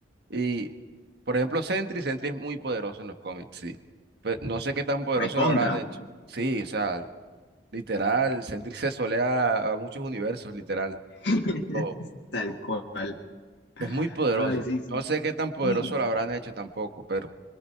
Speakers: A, on the right; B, on the left.
A: Y, por ejemplo, Sentry, Sentry es muy poderoso en los cómics, sí. Pero no sé qué tan poderoso
B: recontra,
A: lo habrán hecho. Sí, o sea, literal, Sentry se solea a muchos universos, literal.
B: <laughs>
A: Oh,
B: tal cual.
A: Es muy poderoso.
B: Ay, sí, sí,
A: No sé qué tan poderoso
B: sí,
A: lo habrán hecho tampoco, pero